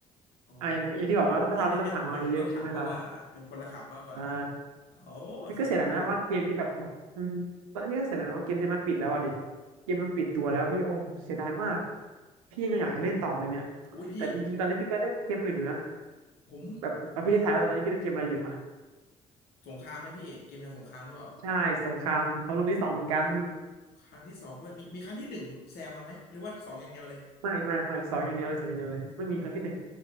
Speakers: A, on the left; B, on the right.
A: อ๋อ
B: อ่าอย่างที่บอกว่าถ้าเราเล่นถังมาเยอะๆใช่ไหมล่ะ
A: พี่เน้นเป็นพลรถถังมากกว่าเป็นพลขับมากกว่า
B: อ่า
A: โอ้โห
B: นี่ก็เสียดายนะว่าเกมนี้แบบอืมตอนนี้ก็เสียดายนะว่าเกมนี้มันปิดแล้วอ่ะดิ
A: สายขับรถถังเลย
B: เกมมันปิดตัวแล้วพี่โอ้โหเสียดายมาก
A: โอ้
B: พี่ยังอยากจะเล่นต่อเลยเนี่ย
A: โอ้ยพี่
B: แต่จริงๆตอนนี้พี่ก็เล่นเกมอื่นอยู่นะ
A: ผม
B: แบบอ่ะพี่จะถามว่าตอนนี้พี่เล่นเกมอะไรอยู่อ่ะ
A: สงครามไหมพี่ เกมแนวสงครามหรือเปล่า
B: ใช่สงครามเขาลงที่สองเหมือนกัน
A: ครั้งที่สองด้วยมีมีครั้งที่หนึ่งแซงมาไหมหรือว่าสองอย่างเดียวเลย
B: ไม่ไม่ไม่สองอย่างเดียวเลยสองอย่างเดียวเลยไม่มีครั้งที่หนึ่ง
A: อืม